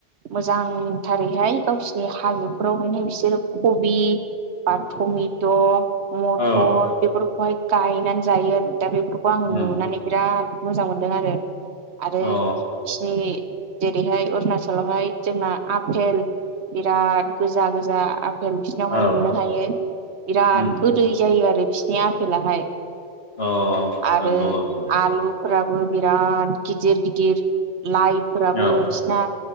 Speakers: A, on the right; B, on the left.
A: मोजांथारैहाय गावसिनि हाजोफोरावहायनो बिसोर कबि, बा टमेट', मथर
B: औ
A: बेफोरखौहाय गायनानै जायो आरो दा बेफोरखौ आं
B: उम
A: नुनानै बिराद मोजां मोनदों आरो। आरो
B: अ
A: बिसिनि जेरैहाय अरुणचलावहाय जोंना आफेल बिराद गोजा गोजा आ फेल बिसिनावहाय
B: औ
A: मोननो हायो बिराद
B: उम
A: गोदै जायो आरो बिसिनि आफेलाहाय।
B: अ
A: आरो
B: नंगौ औ नंगौ
A: आलुफोरा बो बिराद गिदिर गिदिर लाइफोराबो
B: औ
A: बिसिना